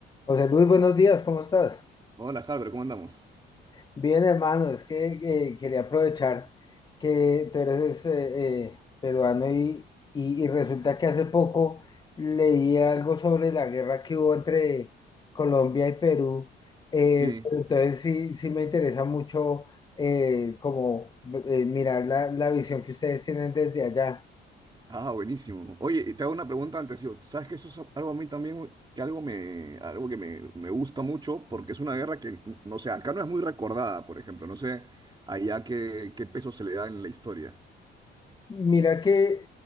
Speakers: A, on the left (about 20°); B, on the right (about 20°).
A: José Luis, buenos días, ¿cómo estás?
B: Hola, Halber, ¿cómo andamos?
A: Bien, hermano, es que eh, quería aprovechar que tú eres eh, eh, peruano y, y- y resulta que hace poco leí algo sobre la guerra que hubo entre Colombia y Perú. eh,
B: Sí,
A: pero entonces sí, sí me interesa mucho eh, como eh, mirar la, la visión que ustedes tienen desde allá.
B: Ah, buenísimo. Oye, y te hago una pregunta antes, yo. ¿Sabes que eso es algo a mí también, que algo me, algo que me, me gusta mucho, porque es una guerra que, no sé, acá no es muy recordada, por ejemplo, no sé allá qué, qué peso se le da en la historia.
A: Mira que